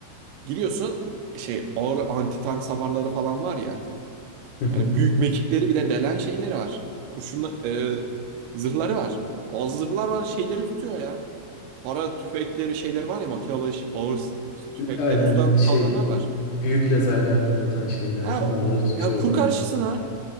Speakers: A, on the right (about 80°); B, on the left (about 65°).
A: Giriyorsun şey ağır anti tank savarları falan var ya.
B: <laughs>
A: Yani büyük mekikleri bile delen şeyleri var. Kurşunla, e, zırhları var. Bazı zırhlar var şeyleri tutuyor ya. para tüfekleri şeyleri var ya makinalı ş- ağır s- tüfekleri
B: Aynen
A: tutan kalkanlar
B: şey.
A: var.
B: Büyük lazerler fırlatan şeyler
A: Ha
B: değil mi? Onları tutuyor
A: ya kur
B: bayağı.
A: karşısına